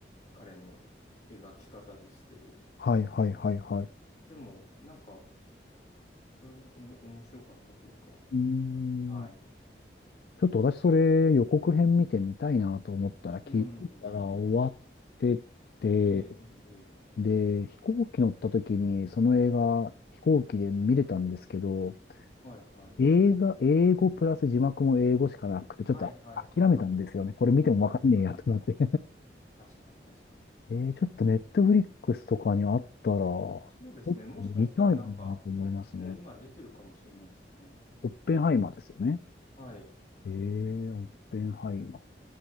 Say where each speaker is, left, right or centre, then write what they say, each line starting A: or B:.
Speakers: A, on the left (about 40°); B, on the left (about 60°).
A: 彼の描き方ですけど、
B: はい、はい、はい、はい。
A: でもなんかそれもおも面白かったというか、
B: うーん、
A: はい。
B: ちょっと私それ予告編見てみたいなと思ったら聞いたら終わってて、
A: うん。ええ、ええ、ええ。
B: で、飛行機乗った時にその映画飛行機で見れたんですけど、
A: はい、はい。
B: 映画、英語プラス字幕も英語しかなくて、ちょっと諦めたんですよね。
A: はい、はい、はい。
B: これ見てもわかんねえやと思って。
A: はい、はい、はい、はい。確かに、確かに。
B: えー、ちょっとネットフリックスとかにあったら、ちょっと見たいなと思いますね。
A: そうですね。もしかしたらなんか、もう今出てるかもしれないですね。
B: オッペンハイマーですよね。
A: はい。
B: えー、オッペンハイマー。